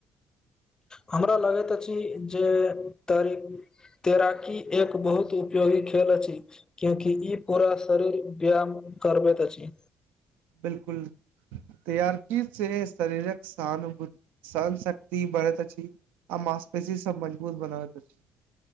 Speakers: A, on the right; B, on the left.
A: <inaudible>
B: हमरा लगैत अछि जे त तैराकी एक बहुत उपयोगी खेल अछि क्यूंकि ई पूरा शरीर व्यायाम करबैत अछि
A: बिलकुल तैराकी से शरीरक सहन शक्ति बढ़ैत अछि आ माँस्पेसी सब मजबूत बनाबैत अछि